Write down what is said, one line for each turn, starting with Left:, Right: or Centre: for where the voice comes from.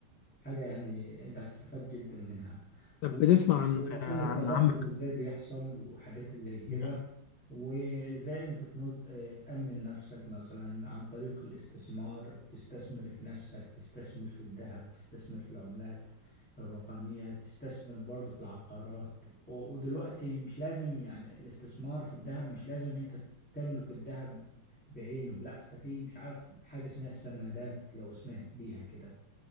Centre: حاجة يعني انت هتستفاد جدا منها
Left: طب
Centre: و-
Left: بتسمع عن
Centre: ومفهوم
Left: عن
Centre: التضخم
Left: عمك
Centre: ازاي بيحصل وحاجات زي كده
Left: مم.
Centre: وازاي انت تنظ... اه، تأمن نفسك مثلا عن طريق الاستثمار تستثمر في نفسك تستثمر في الذهب تستثمر في العملات الرقمية تستثمر برضه في العقارات و- ودلوقتي مش لازم يعني الاستثمار في الذهب مش لازم انت تملك الذهب بعينه لا ده في مش عارف حاجة اسمها السندات لو سمعت بيها كده